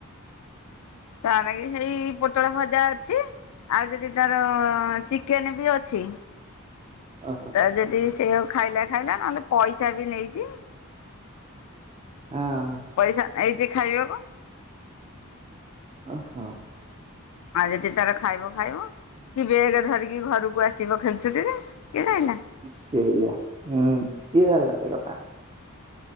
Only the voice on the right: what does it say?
ଓ ହୋ।
ଓ ହୋ
ଓ ହୋ।
ସେଇଆ ହୁଁ କିଏ ଜାଣିଲା ସେ କଥା।